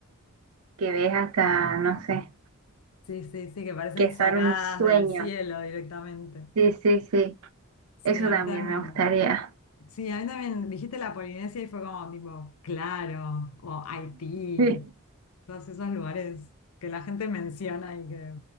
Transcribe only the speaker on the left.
Sí, sí, sí, que parecen
sacadas
del cielo directamente.
Sí,
a
mí también.
Sí, a mí también dijiste la Polinesia y fue como tipo, claro, o Haití,
todos esos lugares que la gente menciona y que